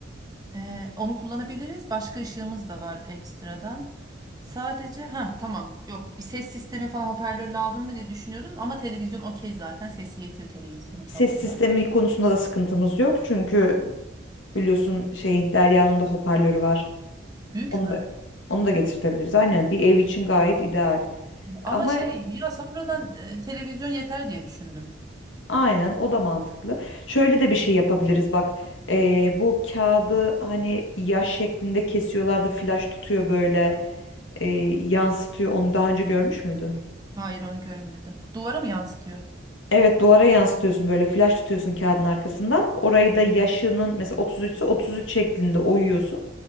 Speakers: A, on the right; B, on the left.
A: E, onu kullanabiliriz. Başka ışığımız da var ekstradan. Sadece ha tamam yok bir ses sistemi falan hoparlör lazım mı diye düşünüyordum ama televizyon okey zaten sesi yetiyor televizyonun salonda.
B: Ses sistemi konusunda da sıkıntımız yok. Çünkü biliyorsun şeyin Derya'nın da hoparlörü var.
A: Büyük
B: Onu
A: mü?
B: da onu da getirtebiliriz. Aynen bir ev için gayet ideal.
A: Ama
B: Ama
A: şey ya sonradan e, televizyon yeter diye düşündüm.
B: Aynen o da mantıklı. Şöyle de bir şey yapabiliriz bak. eee, bu kağıdı hani yaş şeklinde kesiyorlar da flaş tutuyor böyle eee, yansıtıyor. Onu daha önce görmüş müydün?
A: Hayır onu görmedim. Duvara mı yansıtıyor?
B: Evet duvara yansıtıyorsun böyle flaş tutuyorsun kağıdın arkasından. Orayı da yaşının mesela 33 ise 33 şeklinde oyuyorsun.